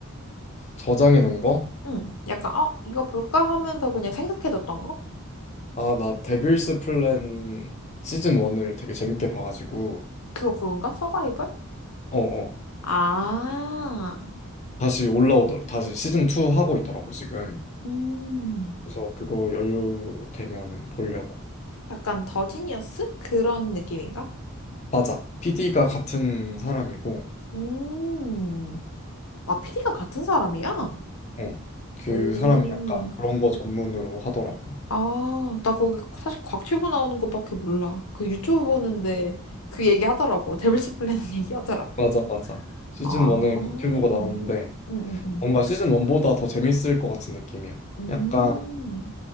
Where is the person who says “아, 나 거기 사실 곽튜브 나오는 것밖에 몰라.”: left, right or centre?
Left